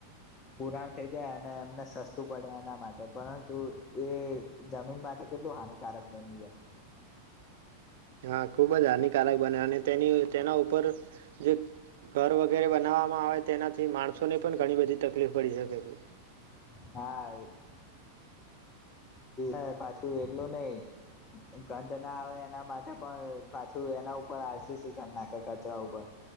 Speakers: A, on the left; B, on the right.
A: પુરાણ થઈ જાય અને એમને સસ્તું પડે એના માટે પરંતુ એ જમીન માટે કેટલું હાનિકારક બની જાય
B: હા ખૂબ જ હાનિકારક બને અને તેની તેના ઉપર જે ઘર વગેરે બનાવવામાં આવે તેનાથી માણસોને પણ ઘણી બધી તકલીફ પડી શકે છે
A: હા એ પાછું એટલું નહી ગંધ ના આવે એના માટે પણ પાછું એના ઉપર આરસીસીિકન નાખે કચરા ઉપર